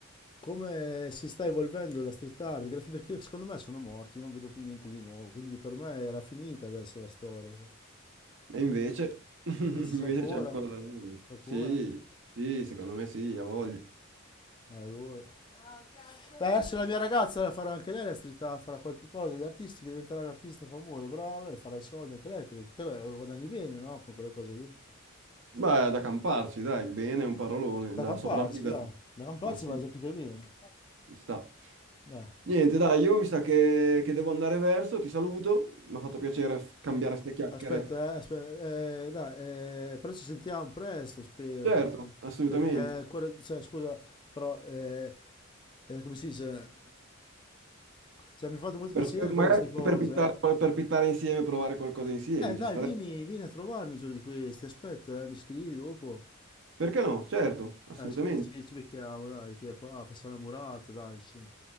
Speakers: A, on the left; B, on the right.
A: come si sta evolvendo la street art, i graffiti, perché secondo me sono morti, non vedo più niente di nuovo, quindi per me era finita adesso la storia.
B: E invece, <laughs> invece
A: Invece c'è ancora,
B: c'è ancora della roba.
A: c'è ancora.
B: Sì, sì, secondo me sì, ha voglia.
A: Allora. Beh, adesso la mia ragazza farà anche lei la street art, farà qualche cosa di artistico, diventerà un artista famoso, brava, e farà i soldi anche lei, penso. Te, beh, guadagni bene, no? Con quelle cose lì.
B: Beh, è da camparci, dai, bene, è un parolone,
A: Da
B: da
A: camparci,
B: sopravvivere.
A: dai. Da camparci
B: Ma sì.
A: va già più che bene.
B: Ci sta.
A: Dai.
B: Niente, dai, io mi sa che, che devo andare verso, ti saluto, mi ha fatto piacere f- cambiare ste chiacchiere.
A: Aspetta, eh, aspe- eh, dai, eh, però ci sentiamo presto, spero,
B: Certo,
A: perché,
B: assolutamente.
A: perché ancora, cioè, scusa, però, eh, eh, come si dice, cioè, mi ha fatto molto
B: Per-
A: piacere
B: per- magari
A: parlare di queste cose,
B: per pittare,
A: eh.
B: per pittare insieme, provare qualcosa insieme,
A: Eh, dai,
B: ci starebbe.
A: vieni, vieni a trovarmi un giorno di questi, aspetto, eh, mi scrivi dopo,
B: Perché no? Certo, assolutamente.
A: eh, scrivi che ci, ci becchiamo, dai, che è qua, facciamo la murata, dai, insieme,